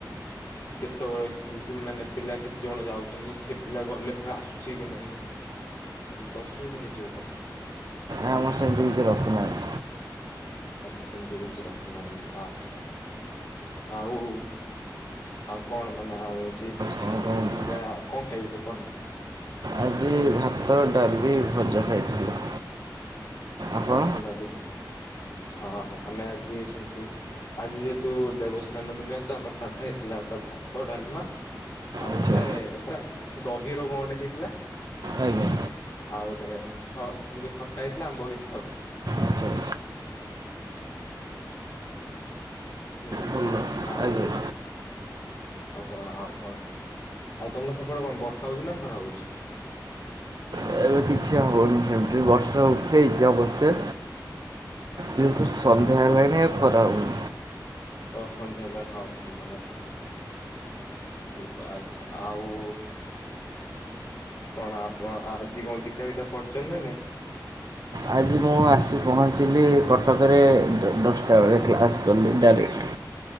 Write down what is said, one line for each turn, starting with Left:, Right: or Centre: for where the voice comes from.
Left: କେତେବେଳେ ମାନେ ପିଲା କେତେ ଜଣ ଯାଉଛନ୍ତି ସେ ପିଲା ଗଲେ ଆସୁଛି କି ନାହିଁ ସେମତି ଅସୁବିଧା ହେଇଯିବ କାଲି
Right: ଆଁ ଆମ ସେୁଜବାକୁ ନାହିଁ।
Left: ଆଚଛା ସେମିତି କିଛି ରଖୁନାହାନ୍ତି ଆଚ୍ଛା ଆଉ ଆଉ କଣ ମାନେ ଆଉ ଅଛି
Right: କଣ କହୁନି
Left: ଯ କଣ ଖାଇଥିବ କଣ।
Right: ଆଜି ଭାତ ଡାଲିକି ଭଜା ଖାଇଥିଲି। ଆପଣ
Left: ଭାତ ଡାଲି ଭଜା ହ ହଁ ଆମେ ଆଜି ସେମିତି ଆଜି ଯେହେତୁ ଦେବସ୍ନାନ ପୂର୍ଣ୍ଣିମା ତ ଆମର ସାଧା ହେଇଥିଲା ତ ଭାତ ଡାଲମା ଆଉ
Right: ଆଚ୍ଛା
Left: ଗୋଟେ ପୁରା ଦହି ର କଣ ଗୋଟେ ହେଇଥିଲା।
Right: ଆଜ୍ଞା
Left: ଆଉ ଗୋଟେ ହଁ ଏମତି ଖଟା ହେଇଥିଲା ଆମ୍ବ ହେଇ ଆଉ
Right: ଆଚ୍ଛା
Left: ବୁଝିଲେ
Right: ଭଲ
Left: ଆଉ
Right: ଆଜ୍ଞା
Left: ଆଉ କଣ ଆଉ କଣ ଆଉ ତମର ସେପଟେ କଣ ବର୍ଷା ହଉଛି ନା ଖରା ହଉଛି?
Right: ଏବେ କିଛି ହଉନି ସେମିତି ବର୍ଷା ଉଠେଇଛି ଅବଶ୍ୟ
Left: ଆଚ୍ଛା
Right: ଯେହେତୁ ସନ୍ଧ୍ୟା ହେଲାଣି ଏ ଖରା ହେଉ
Left: ଓ ସନ୍ଧ୍ୟା ହେଲାଣି ହଁ ସନ୍ଧ୍ୟା <inaudible> ଏବେ ଆଛା ଆଉ ଆଉ କଣ ଆପଣ ଆଜି କଣ ଗୀତା ଫିତା ପଢୁଛନ୍ତି ନାଁ ନାଇ?
Right: ଆଜି ମୁଁ ଆସି ପହଞ୍ଚିଲି କଟକରେ ଦଶଟା ବେଳେ କ୍ଲାସ୍ କଲି ଡାଇରେକ୍ଟ।